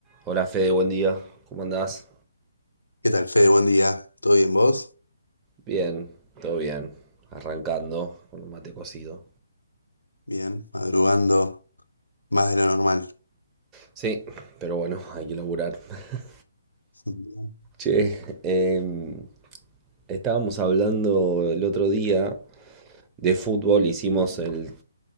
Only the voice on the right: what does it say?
Hola Fede, buen día. ¿Cómo andás?
Bien, todo bien. Arrancando con un mate cocido.
Sí, pero bueno, <laughs> hay que laburar. <laughs>
Che, em, estábamos hablando el otro día de fútbol, hicimos el,